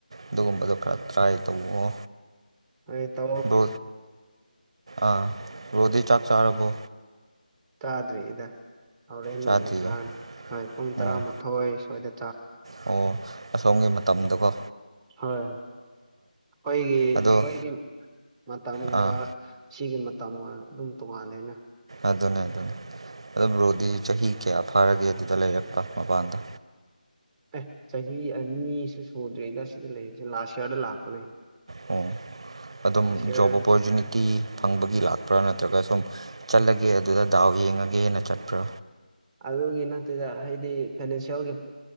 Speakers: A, on the right; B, in the centre.
A: ꯑꯗꯨꯒꯨꯝꯕꯗꯣ ꯈꯔ ꯇ꯭ꯔꯥꯏ ꯇꯧꯣ
B: ꯍꯥꯏ ꯇ
A: ꯣ ꯑꯥ ꯔꯣꯗꯤ ꯆꯥꯛ ꯆꯥꯔꯕꯣ
B: ꯆꯥꯗ꯭ꯔꯤꯗ ꯍꯣꯔꯦꯟ
A: ꯆꯥꯗ꯭ꯔꯤꯌꯦ
B: ꯑꯣꯏꯅ ꯆꯥꯅꯤ ꯍꯣꯏ ꯄꯨꯡ ꯇꯔꯥꯃꯥꯊꯣꯏ
A: ꯑꯣ
B: ꯁꯣꯏꯗ
A: ꯑꯣ ꯑꯁꯣꯝꯒꯤ ꯃꯇꯝꯗꯀꯣ
B: ꯍꯣꯏ ꯑꯩꯈꯣꯏꯒꯤ ꯑꯩꯈꯣꯏꯒꯤ
A: ꯑꯗꯣ
B: ꯃꯇꯝꯒ
A: ꯑꯥ
B: ꯁꯤꯒꯤ ꯇ ꯑꯗꯨꯝ ꯇꯣꯉꯜꯂꯅ
A: ꯑꯗꯨꯅꯦ ꯑꯗꯨꯅꯦ ꯑꯗꯨꯝꯕ꯭ꯔꯣꯗꯤ ꯆꯍꯤ ꯀꯌꯥ ꯐꯥꯔꯒꯦ ꯑꯗꯨꯗ ꯂꯩꯔꯛꯄ ꯃꯄꯥꯟꯗ
B: ꯑꯦ ꯆꯍꯤ ꯑꯅꯤꯁꯨ ꯁꯨꯗ꯭ꯔꯤꯗ ꯁꯤꯗ ꯂꯩꯔꯤꯁꯦ ꯂꯥꯁ ꯏꯌꯥꯔꯗ ꯂꯥꯛꯄꯅꯦ
A: ꯑꯣ ꯑꯗꯨꯝ
B: ꯂꯥꯁ ꯌꯔ
A: ꯖꯣꯕ ꯑꯣꯄꯣꯔꯆꯨꯅꯤꯇꯤ ꯐꯪꯕꯒꯤ ꯂꯥꯛꯄ꯭ꯔꯥ ꯅꯠꯇ꯭ꯔꯒ ꯁꯨꯝ ꯆꯠꯂꯒꯦ ꯑꯗꯨꯗ ꯗꯥꯎ ꯌꯦꯡꯉꯒꯦꯅ ꯆꯠꯄ꯭ꯔꯥ
B: ꯑꯗꯨꯒꯤ ꯅꯠꯇꯦꯗ ꯍꯥꯏꯗꯤ ꯐꯥꯏꯅꯥꯟꯁꯤꯌꯦꯦꯜꯒꯤ